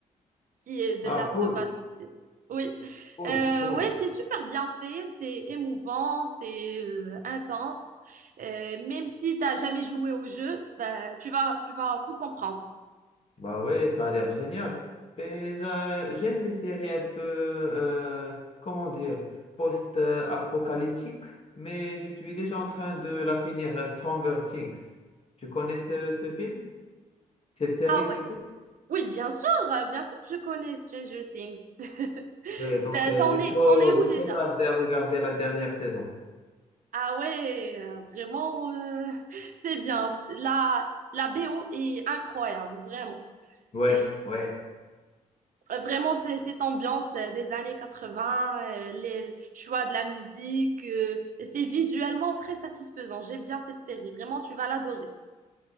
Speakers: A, on the right; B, on the left.
A: qui est The
B: Ah,
A: Last
B: cool,
A: of Us aussi. Oui,
B: cool,
A: euh,
B: cool.
A: ouais, c'est super bien fait, c'est émouvant, c'est euh, intense. Euh, même si t'as jamais joué au jeu, ben, tu vas, tu vas tout comprendre.
B: Bah ouais, ça a l'air génial. Mais euh, j'aime les séries un peu, euh, comment dire, post-apocalyptiques, mais je suis déjà en train de la finir, euh, Stranger Things. Tu connais ce, ce film? Cette série
A: Ah ouais,
B: plutôt?
A: oui, bien sûr, euh, bien sûr que je connais Stranger Things. <laughs>
B: Ouais, donc
A: Ben,
B: euh,
A: t'en
B: j'ai
A: es,
B: trop,
A: t'en es où
B: j'ai trop
A: déjà?
B: tardé à regarder la dernière saison.
A: Ah ouais, euh, vraiment, euh, <laughs> c'est bien. La, la BO est incroyable, vraiment.
B: Ouais,
A: Et
B: ouais.
A: Vraiment, c'est cette ambiance euh, des années 80, euh, les choix de la musique, euh, c'est visuellement très satisfaisant. J'aime bien cette série. Vraiment, tu vas l'adorer.